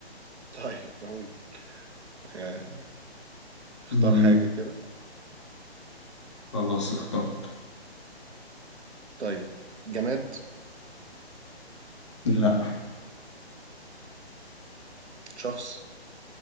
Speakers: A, on the right; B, on the left.
A: طيب اقول آه، اختار
B: مم،
A: حاجة كده
B: خلاص اخترت
A: طيب جماد
B: لا
A: شخص